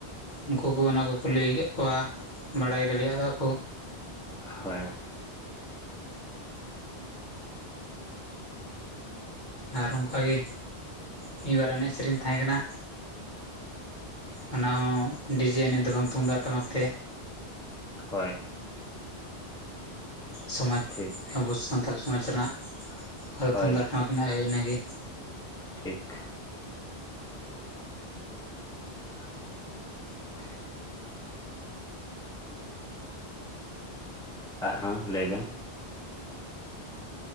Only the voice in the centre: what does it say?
ᱦᱳᱭ᱾
ᱦᱳᱭ᱾
ᱴᱷᱤᱠ
ᱦᱳᱭ
ᱴᱷᱤᱠ᱾ <inaudible> ᱟᱨ ᱦᱚᱸ ᱞᱟᱹᱭ ᱵᱮᱱ?